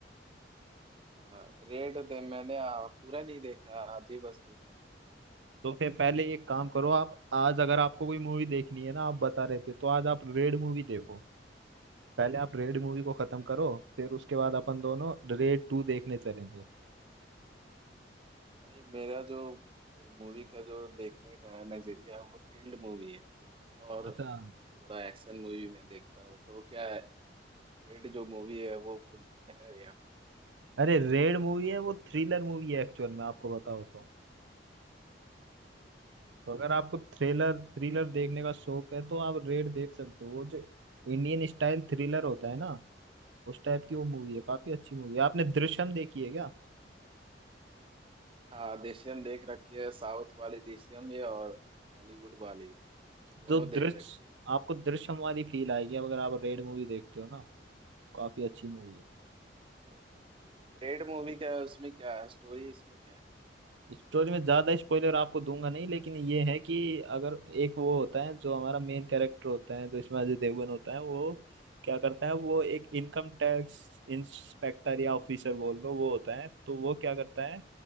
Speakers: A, on the right; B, on the right.
A: हाँ रेड दे मैंने आ, पूरा नहीं देखा आधी बस देखा
B: तो फिर पहले एक काम करो आप आज अगर आपको कोई मूवी देखनी है ना आप बता रहे थे तो आज आप रेड मूवी देखो पहले आप रेड मूवी को खत्म करो फिर उसके बाद अपन दोनों रेड टू देखने चलेंगे
A: भाई मेरा जो मूवी का जो देखने का नजरिया है वो थ्रिल्ड मूवी है और
B: अच्छा
A: थोड़ा एक्शन मूवी में देखता हूँ तो क्या रेड जो मूवी है वो फुलफिल है या फिर
B: अरे रेड मूवी है वो थ्रिलर मूवी है एक्चुअल में आपको बताओ तो तो अगर आपको थ्रिलर थ्रिलर देखने का शौक है तो आप रेड देख सकते हो वो जो इंडियन स्टाइल थ्रिलर होता है ना उस टाइप की वो मूवी है काफी अच्छी
A: हाँ
B: मूवी है आपने दृश्यम देखी है क्या
A: हाँ देशियम देख रखी है साउथ वाली देशियम भी और बॉलीवुड वाली भी, दोनों
B: तो दृश्य
A: देख रखी है
B: आपको दृश्यम वाली फील आएगी अब अगर आप रेड मूवी देखते हो ना काफी अच्छी मूवी है
A: तो रेड मूवी का उसमें क्या है स्टोरी इसमें क्या
B: स्टोरी में ज्यादा स्पॉइलर आपको दूंगा नहीं लेकिन ये है कि अगर एक वो होता है जो हमारा मेन कैरेक्टर होता है जो इसमें अजय देवगन होता है वो क्या करता है वो एक इनकम टैक्स इंस्पेक्टर या ऑफिसर बोल लो वो होता है तो वो क्या करता है